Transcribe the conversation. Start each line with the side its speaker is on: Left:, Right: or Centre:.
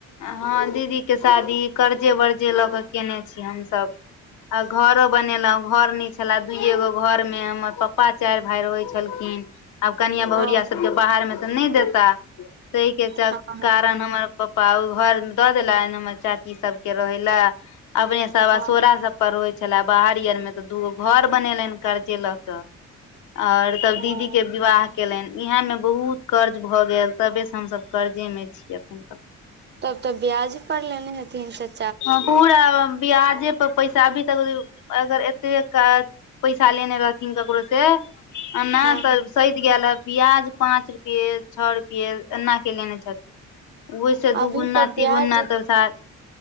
Left: हँ दीदी के शादी कर्जे बर्जे लऽ के केने छी हमसभ आ घरो बनेलहुं घरो नै छले दूइए गो घर मे हमर पप्पा चारि भाय रहै छलखिन हुं आब कनियां बहुुरिया
Right: हँ
Left: सबके बाहरमे तऽ नहि देता ताहि के चलते
Right: हँ हँ
Left: कारण हमर प प्पा ओ घर दऽ देलइन चाची सबके रहे ला अपने सब
Right: हँ
Left: असोरा सब पर रहोइ छले बाहरी आरमे तऽ दूगो घर बनेलनि कर्जे लऽ कऽ और तब
Right: हँ
Left: दीदी के विवाह केलनि इएहमे बहुत कर्ज भऽ गेल तबेसँ हमसभ कर्जेमे छीयै एखन तक
Right: तब तऽ ब्याज पर लेने हथिन त
Left: हं पूरा ब्याजे पैसा अभी तक अगर एतबे क पैसा लेने रहथिन ककरो से अना
Right: हँ
Left: तऽ सधि गेल रहैत ब्याज पाँच रुपये छओ रुपये एना के लेने छथिन ओहिसे दुगूना
Right: अभी तऽ
Left: तीगुना
Right: ब्याज
Left: पइसा